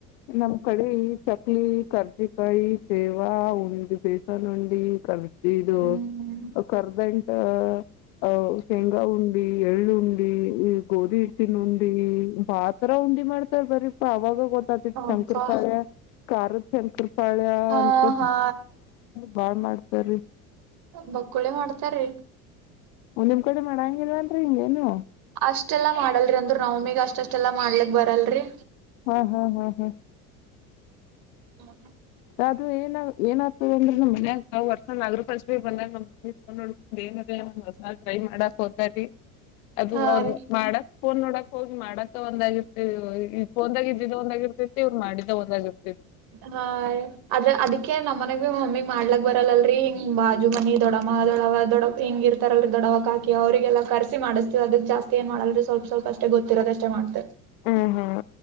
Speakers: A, on the left; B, on the right.
A: ನಮ್ಮ್ ಕಡೆ ಈ ಚಕ್ಲಿ ಕರ್ಜಿಕಾಯಿ ಸೇವಾ ಉಂಡಿ ಬೇಸನ್ ಉಂಡಿ ಕರ್ ಇದು
B: ಹ್ಮ್
A: ಕರ್ದಂಟ <unintelligible> ಆಹ ಶೇಂಗಾ ಹುಂಡಿ ಎಲ್ ಹುಂಡಿ ಗೋಧಿ ಹುಂಡಿ ಬಹಳ ತರ ತಿಂಡಿ ಮಾಡ್ತಾರ ಬರರಿ ಪ ಅವಾಗ ಪತ ತಿ <unintelligible>
B: ಅಪ್ಪಾ
A: ಶಂಕರ ಪಳೆಯ ಕಾರ ಶಂಕರ ಪಳೆಯ
B: ಹಾ
A: ಅಕ
B: ಹಾ
A: ಬಾಳ್ ಮಾಡ್ತಾರೀ
B: ಬಕ್ಕುಳೆ ಮಾಡ್ತಾರೀ
A: ಒಂದ್ ನಿಮ್ ಕಡೆ ಮಾಡಾಂಗಲ್ವಾ ಅಂದ್ರೆ ಹಿಂಗೇನು
B: ಅಷ್ಟೆಲ್ಲಾ ಮಾಡಲ್ರಿ ಅಂದ್ರರು ನವಮಿಗ್ ಅಷ್ಟಷ್ಟೆಲ್ಲ ಮಾಡ್ಲಿಕ್ ಬರಲ್ರರಿ
A: ಹಾ ಹಾ ಹಾ ಹಾ
B: ಹ್ಮ
A: ಅದು ಏನ್ ಏನ ಆಗ್ತದ ಅಂದ್ರೆ ನ್ ಮನ್ಯಾಗ ನ್ ವರ್ಷ ನಾಗರ ಪರಿಶ ಬಂದ ನಮ್ಮ ಮಮ್ಮಿ ತಗೊಂಡ್ ನೋಡು ೇನ್ರ <unintelligible> ಒಂದ್ ಹೊಸ ಟ್ರೈ ಮಾಡಾಕ್ ಹೋದತಾರರಿ ಅದು
B: ಹಾ
A: ಅವ್ರ
B: ರೀ
A: ಮಾಡಕ್ ನ್ ನೋಡಕ್ ಹೋಗಿ ಮಾಡಕ ಒಂದಾಗಿರ್ ಈ ಫೋನ್ದಾಗ ಇದಿದ್ದ ಒಂದಾಗಿರ್ತೈತಿ ಇವ್ರು ಮಾಡಿದ ಒಂದಾಗಿರ್ತ
B: ಹಾ ಆದದ್ರ ಅದಿಕ್ಕೆ ನಮ್ಮ ಮನಗ್ ಮಮ್ಮಿ ಮಾಡ್ಲಕ್ ಬರಲ್ಲಲ್ರರಿ ಹಿಂಗ್ ಬಾಜು ಮನಿ ದೊಡಮ್ಮ ದೊಡವ ದೊಡವ ಹಿಂಗ ಇರ್ತಾರಲ್ರಿ ದೊಡವಕ್ ಕಾಕಿ ಅವ್ರರಿಗೆಲ್ಲ ಕರ್ಸಿ ಮಾಡ್ತೀವಿ ಅದಕ್ ಜಾಸ್ತಿ ಏನು ಮಾಡಲ್ಲಲ್ರಿ ಸ್ವಲ್ಪ ಸ್ವಲ್ಪ ಅಷ್ಟ ಗೊತ್ತಿರೋದಷ್ಟೇ ಮಾಡತ್ತೆ
A: ಹ್ಮ್ ಹ್ಮ್